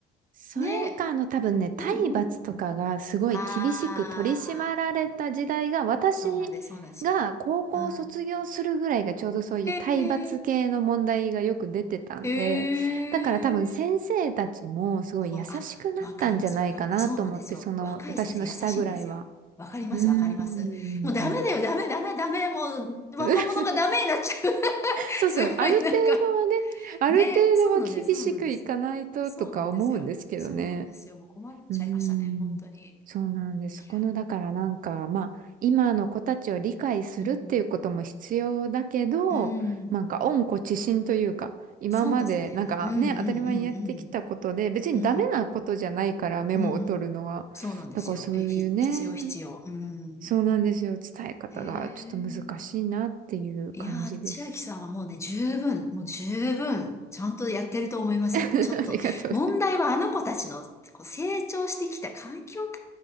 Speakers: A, on the right; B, on the left.
A: それか、
B: ね。
A: あの、多分ね、体罰とかがすごい厳しく取り締まられた時代が、
B: うんうん。ああ、
A: 私
B: そうなんです、そうなんですよ。
A: が高校を卒業するぐらいがちょうどそういう体罰系の問題がよく出てたんで、
B: うん。へえ、へえ。
A: だから多分先生たちもすごい優しくなったんじゃないかなと思って、
B: そう、あ、わかります、わかります。そうなんですよ。
A: その、
B: 若い先生優しいんですよ。
A: 私の下ぐらいは。
B: わかります、
A: うーん。
B: わかります。もうダメだよ、ダメ、ダメ、ダメ。もう若者がダメになっちゃう。
A: <laughs>
B: <laughs>
A: そうそう、
B: すごい、
A: ある程度はね、
B: なんか。
A: ある程度は厳しくいかないととか思うんですけどね。
B: ね、そうなんです、そうなんです。そうなんですよ。そうなんですよ。もう困っちゃいましたね、
A: うーん、
B: 本当に。い
A: そうなんです。そこの、
B: や、
A: だからなんか、まあ、今の子たちを理解するっていうことも必要だけど、
B: うん。うん。
A: なんか、温故知新というか、今まで、
B: そうですね。
A: なんかね、
B: うん、うん、
A: 当たり前にやってきたことで、別にダメなことじゃないから、
B: うん、うん。
A: メモを取るのは。
B: うん。うん。そうなんですよ。
A: だからそういうね、
B: え、ひ、必要、必要。うん。
A: そうなんですよ。伝え方がちょっと難しいなっていう感じです。
B: へえ。いやー、千秋さんはもうね、十分、もう十分、ちゃんとやってると思います。やっぱちょっと、
A: <laughs> ありがとうございます。
B: 問題はあの子たちの、こう、成長してきた環境か